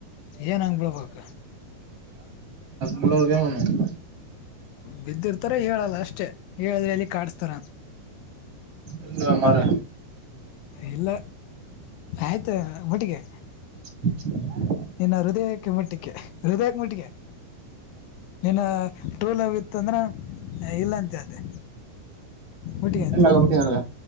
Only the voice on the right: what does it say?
ಬುಡ ಕಮ್ಮ <unintelligible>
ಇಲ್ಲ ಮರ್ರೆ
ಹ <inaudible>
ಎಲ್ಲ ಆಗಬಿಟ್ಟಿ
ನನಗ